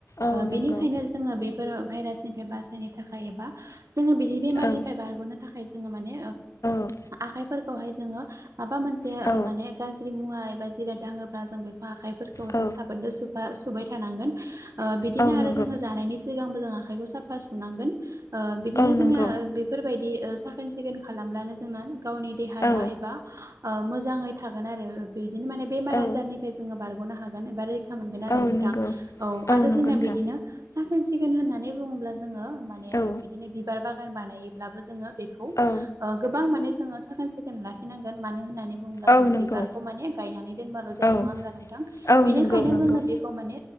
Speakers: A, on the left; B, on the right.
A: औ नंगौ
B: बेनिखायनो जोङो बेफोर भाइरासनिफ्राय बासायनो थाखाय एबा जोङो बिदि बेमारनिफ्राय
A: औ
B: बार'नो थाखाय जोङो माने
A: औ
B: आखायफोरखौहाय जोङो मा मोनसे जे
A: औ
B: माने गाज्रि मुवा एबा जिराद दाङोब्ला जों बेखौ आखाइफोरखौ
A: औ
B: जों साबोनजों सु साफा सुबाय थानांगोन बिदिनो
A: औ नंगौ
B: आरो जोङो जानायनि सिगांबो जों आखाइखौ साफा सुफा नांगोन बिदिनो
A: औ नंगौ
B: जोंना बेफोरबायदि साखोन सिखोन खालामब्लानो जोंना गावनि देहाया
A: औ
B: एबा मोजाङै थागोन आरो बिदिनो माने बेमार
A: औ
B: आजारनिफ्राय जोङो बारग हागोन एबा रैखा मोनगोन आरो
A: औ
B: नोंथां
A: नंगौ
B: औ आरो
A: नंगौ
B: जोंना
A: नोंथां
B: बिदिनो साखोन सिखोन होननानै बुङोब्ला जोङो माने
A: औ
B: बिदिनो बिबार बागान बानायोब्लाबो जोङो बेखौ
A: औ
B: गोबां माने जोङो साखोन सिखोन लाखिनांगोन मानो होननानै बुंब्ला
A: औ
B: जों
A: नंगौ
B: बिबारखौ माने गायनानै दोनबाल' जाया
A: औ
B: नङा होनबा नोंथां
A: औ
B: बेनिखायनो
A: नंगौ नंगौ
B: जोङो बे खौ माने